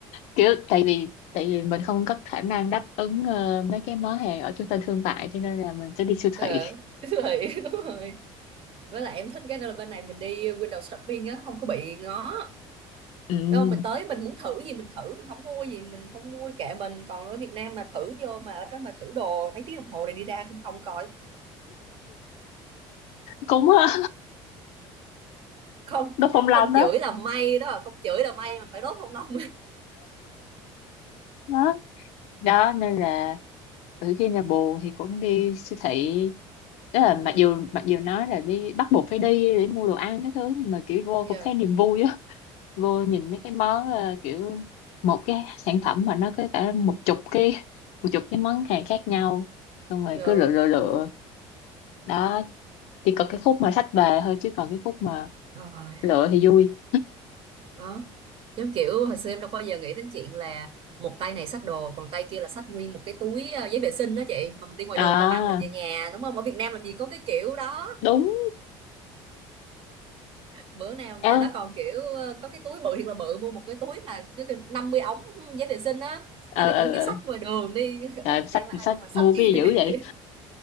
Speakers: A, on the left; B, on the right.
A: kiểu tại vì tại vì mình không có khả năng đáp ứng ờ, mấy cái món hàng ở trung tâm thương mại cho nên là mình sẽ đi siêu
B: ờ
A: thị
B: siêu thị <laughs> đúng rồi với lại em thích cái đó là bên này mình đi window shopping á không có bị ngó
A: ừ,
B: Đúng không mình tới mình muốn thử gì mình thử mình không mua gì mình không mua kệ mình còn ở Việt Nam mà thử vô mà ở đó mà thử đồ mấy tiếng đồng hồ rồi đi ra không không coi
A: cũng ờ,
B: không
A: đốt phong
B: không
A: long đó
B: chửi là may đó không chửi là may mà phải đốt không lông
A: đó đó nên là ừ, khi nào buồn thì cũng đi siêu thị
B: <laughs>
A: đó là
B: yeah
A: mặc dù mặc dù nói là đi bắt buộc phải đi để mua đồ ăn cái thứ nhưng mà kiểu vô
B: yeah
A: cũng thấy niềm vui á vô nhìn mấy cái món ờ, kiểu một cái sản phẩm mà nó có cả một chục cái một chục cái món hàng khác nhau xong rồi
B: yeah
A: cứ lựa lựa lựa đó chỉ có cái khúc mà xách về thôi chứ còn cái khúc mà
B: yeah <laughs>
A: lựa thì vui
B: đó giống kiểu hồi xưa em đâu bao giờ nghĩ đến chuyện là một tay này xách đồ còn tay kia là xách nguyên một cái túi ờ, giấy vệ sinh đó chị mà mình đi ngoài
A: à
B: đường băng băng mình về nhà đúng không ở Việt Nam làm gì có cái kiểu đó
A: đúng
B: bữa nào mà
A: ờ
B: nó còn kiểu ờ, có cái túi bự thiệt là bự mua một cái túi mà cứ kiểu 50 ống giấy vệ sinh á
A: ờ
B: cái tự
A: ờ
B: nhiên cái xách
A: ờ.
B: ngoài đường đi <laughs>
A: Trời,
B: ở Việt
A: ơi, xách
B: Nam ai
A: xách
B: đâu mà xách
A: mua
B: chứ
A: cái gì dữ
B: <laughs>
A: vậy